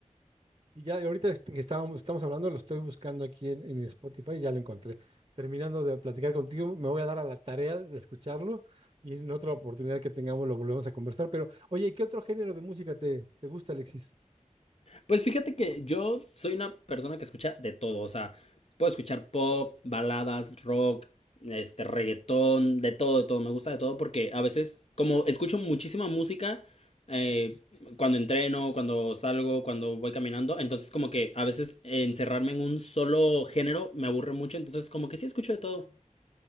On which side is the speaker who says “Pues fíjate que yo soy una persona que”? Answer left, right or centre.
Left